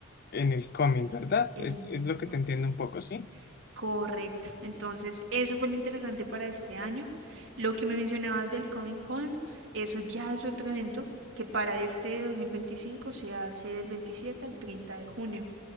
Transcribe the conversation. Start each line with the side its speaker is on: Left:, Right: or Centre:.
Left: en el cómic, ¿verdad?
Right: en
Left: Es, es
Right: el
Left: lo
Right: cómic.
Left: que te entiendo un poco, ¿sí?
Right: Correcto. Entonces, eso fue lo interesante para este año. Lo que me mencionabas del Comic Con, eso ya es otro evento que para este 2025 se hace del 27 al 30 de junio.